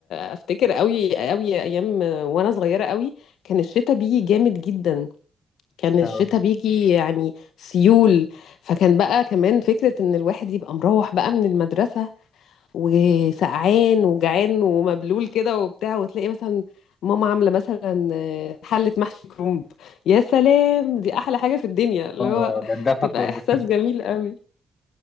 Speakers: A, on the left; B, on the left.
A: افتكر قوي قوي ايام وانا صغيره قوي كان الشتاء بيجي جامد جدا كان الشتاء
B: اه
A: بيجي يعني سيول فكان بقى كمان فكره ان الواحد يبقى مروح بقى من المدرسه وسقعان وجعان ومبلول كده وبتاع وتلاقي مثلا ماما عامله مثلا حله محشي كرنب يا سلام دي احلى حاجه في الدنيا اللي
B: آه،
A: هو
B: ده الدفع
A: تبقى
B: كله
A: احساس جميل قوي